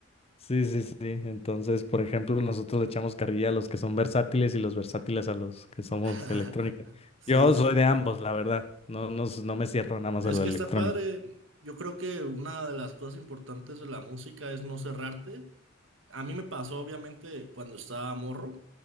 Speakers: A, on the left; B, on the right.
A: Sí, sí, sí. Entonces, por ejemplo, nosotros le echamos carrilla a los que son versátiles y los versátiles a los que somos
B: <laughs>
A: electrónica.
B: Sí,
A: Yo
B: es
A: soy de ambos, la verdad. No, no, s- no me cierro nada más
B: es
A: a la
B: que
A: electrónica.
B: está padre. Yo creo que una de las cosas importantes de la música es no cerrarte. A mí me pasó, obviamente, cuando estaba morro,